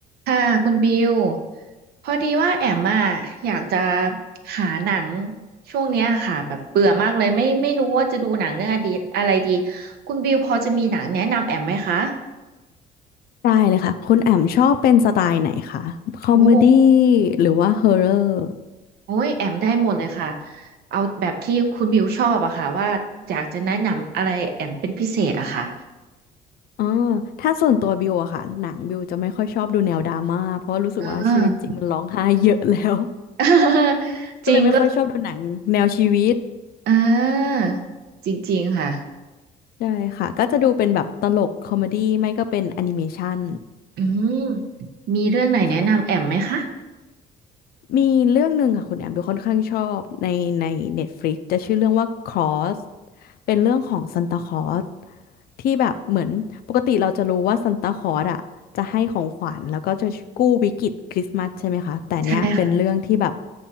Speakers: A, on the right; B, on the left.
A: ค่ะคุณบิวพอดีว่าแอมอ่ะอยากจะหาหนังช่วงเนี้ยค่ะแบบเบื่อมากเลยไม่ไม่รู้ว่าจะดูหนังเรื่องอดีตอะไรดีคุณบิวพอจะมีหนังแนะนำแอมไหมคะ
B: ได้เลยค่ะคุณแอมชอบเป็นสไตล์ไหนคะคอมเมดี้
A: โอ้
B: หรือว่าฮอร์เรอร์
A: โอ้ยแอมได้หมดเลยค่ะเอาแบบที่คุณบิวชอบอะค่ะว่าอยากจะแนะนำอะไรแอมเป็นพิเศษอะค่ะ
B: อ๋อถ้าส่วนตัวบิวอะค่ะหนังบิวจะไม่ค่อยชอบดูแนวดราม่าเพราะรู้สึกว่าชีวิตจริงมันร้องไห้เยอะแล้ว
A: อ่า <laughs>
B: <laughs> ก็เลยไม่ค่อยชอบดูหนังแนวชีวิต
A: จริงก็อ่าจริงๆค่ะ
B: ใช่ค่ะก็จะดูเป็นแบบตลกคอมเมดี้ไม่ก็เป็นแอนิเมชัน
A: อืมมีเรื่องไหนแนะนำแอมไหมคะ
B: ใช่ มีเรื่องหนึ่งค่ะคุณแอมดูค่อนข้างชอบในใน Netflix จะชื่อเรื่องว่า Cross เป็นเรื่องของซันตาคลอสที่แบบเหมือนปกติเราจะรู้ว่าซันตาคลอสอ่ะจะให้ของขวัญแล้วก็จะกู้วิกฤตคริสต์มาสใช่ไหมคะแต่เนี้ยเป็นเรื่องที่แบบ
A: ใช่ค่ะ